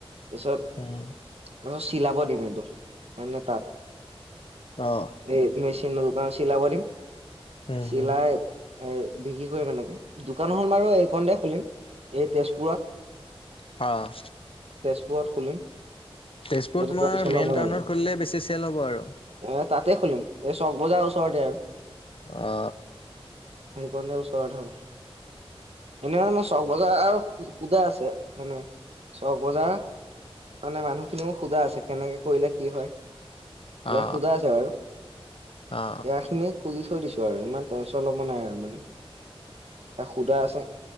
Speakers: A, on the right; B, on the left.
A: তাৰপিছত
B: উম
A: তাৰছত চিলাব দিম এইটো মানে তাত
B: অ
A: এই মেচিনৰ দোকানত চিলাব দিম
B: উম
A: চিলাই
B: উম
A: এ বিক্ৰী কৰিম এনেকে দোকানখন বাৰু এইক দে খুলিম এই তেজপুৰত
B: অঁ
A: <inaudible>
B: তেজপুৰ
A: এইটো
B: তোমাৰ
A: টেনচন ল'ব
B: মেইন
A: নালাগে
B: টাউনত খুলিলে বেছি চেল হ'ব আৰু।
A: এ তাতে খুলিম এই চক বজাৰ ওচৰতে আৰু।
B: অ
A: সেইকাৰণে ওচৰত থাকো এনে মানে মই চক বজাৰ পূজা আছে মানে ছক বজাৰ্ মানে মানুহখিনি মোক সোধা আছে কেনেকে কৰিলে কি হয়। ইয়াক
B: অ
A: সোধা আছে বাৰু
B: অ অ
A: ইয়াখিনি সুধি থৈ দিছো আৰু ইমান টেনচন ল'ব নাই আৰু মানে তাইক সুধা আছে।